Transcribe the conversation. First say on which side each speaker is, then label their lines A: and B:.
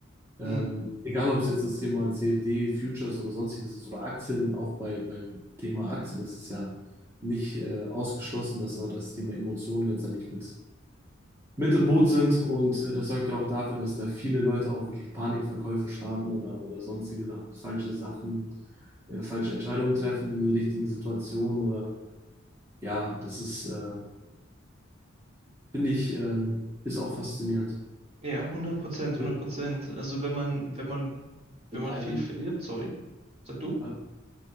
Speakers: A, on the right; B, on the right.
A: Ähm,
B: Hm.
A: egal, ob es jetzt das Thema CFD, Futures oder sonstiges ist oder Aktien, auch bei, beim Thema Aktien ist es ja nicht äh, ausgeschlossen, dass da das Thema Emotionen letztendlich mit, mit im Boot sind. Und äh, das sorgt ja auch dafür, dass da viele Leute auch wirklich Panikverkäufe starten oder, oder sonstige Sachen, falsche Sachen, äh, falsche Entscheidungen treffen in den richtigen Situationen oder ja, das ist, äh, finde ich, ähm, ist auch faszinierend.
B: Ja, hundert Prozent,
A: Mit
B: hundert Prozent. Also wenn man, wenn man,
A: einem.
B: wenn
A: mit
B: man
A: einem,
B: viel verliert, sorry, sag du?
A: alles